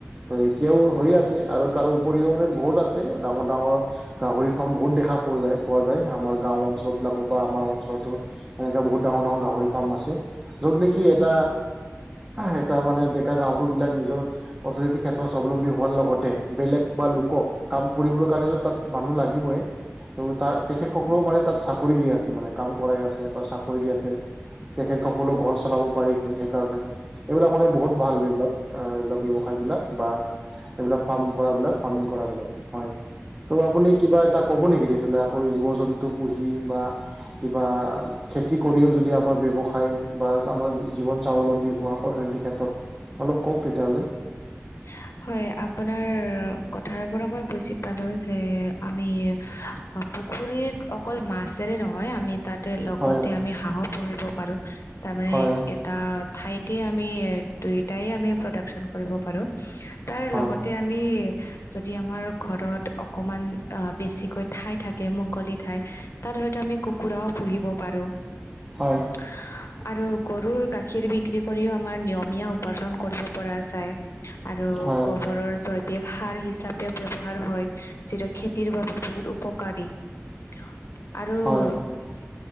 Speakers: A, on the right (about 25°); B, on the left (about 65°).
A: ত' এতিয়াও হৈ আছে। আৰু তাৰ উপৰিও বহুত আছে ডাঙৰ ডাঙৰ। গাহৰি ফাৰ্ম বহুত দেখা পোৱা যায়, পোৱা যায়, আমাৰ গাঁও অঞ্চল বিলাকো বা আমাৰ অঞ্চলতো। এনেকা বহুত ডাঙৰ ডাঙৰ গাহৰি ফাৰ্ম আছে, য'ত নেকি এটা এটা মানে ডেকা গাহৰুবিলাক নিজৰ অৰ্থনৈতিক ক্ষেত্ৰত স্বাৱলম্বী হোৱাৰ লগতে, বেলেগ বা লোকক, কাম কৰিবলৈ কাৰণেতো তাত মানুহ লাগিবই। ত' তাত তেখেতসকলেও মানে তাত চাকৰি দি আছে, মানে কাম কৰাই আছে, বা চাকৰি দি আছে। তেখেত সকলো ঘৰ চলাব পাৰিছে, সেইকাৰণে এইবিলাক মানে বহুত ভাল বিভাগ। এইবিলাক ব্যৱসায়বিলাক বা এইবিলাক ফাৰ্ম কৰাবিলাক ফাৰ্মিং কৰাবিলাক হয়। ত' আপুনি কিবা এটা ক'ব নেকি, তেতিয়াহ'লে আকৌ জীৱ জন্তু- পুহি বা কিবা খেতি কৰিও যদি আমাৰ ব্যৱসায় বা আমাৰ জীৱন স্বাৱলম্বী হোৱা অৰ্থনৈতিক ক্ষেত্ৰত অলপ কওঁক তেতিয়াহ'লে।
B: <unintelligible> হয়' আপোনাৰ কথাৰ পৰা মই বুজি পালো যে, আমি অ' পুখুৰীৰত অকল মাছেৰে নহয় আমি তাতে লগতে
A: হয়
B: আমি হাঁহও পুহিব পাৰো, তাৰমানে
A: হয়
B: তা ঠাইতে আমি দুইটাই আমি প্ৰডাকশ্বন কৰিব পাৰো। তাই
A: হয়
B: লগতে আমি। যদি আমাৰ ঘৰত অকমান আহ বেছিকৈ ঠাই থাকে মুকলি ঠাই এহ্ হে। তাত হয়তো আমি কুকুৰাও পুহিব পাৰো।
A: হয়।
B: হা আ আ আ আৰু গৰুৰ গাখীৰ বিক্ৰী কৰিও আমাৰ নিয়মীয়া উপাৰ্জন কৰিব পৰা যায়। আৰু
A: হয়
B: গোবৰৰ চত এ সাৰ হিচাপে ব্যৱহাৰ হয় ইহ্ যিটো খেতিৰ বাবে বহুত উপকাৰী। কিহ চু আৰু
A: হয়
B: সি।